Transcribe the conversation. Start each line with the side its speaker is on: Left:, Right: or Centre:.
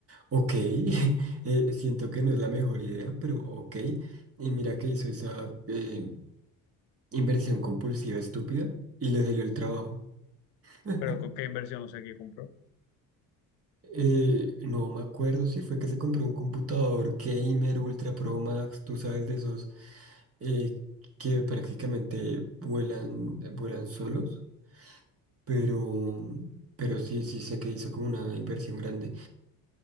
Right: ok, <laughs> eh, siento que no es la mejor idea, pero ok. Y mira que hizo esa eh, inversión compulsiva estúpida y le salió el trabajo. <laughs>
Left: Pero ¿con qué inversión no sé qué compró?
Right: Eh, no me acuerdo si fue que se compró un computador gamer Ultra Pro Max, tú sabes de esos eh, que prácticamente vuelan, vuelan solos, pero, pero sí, sí sé que hizo como una inversión grande.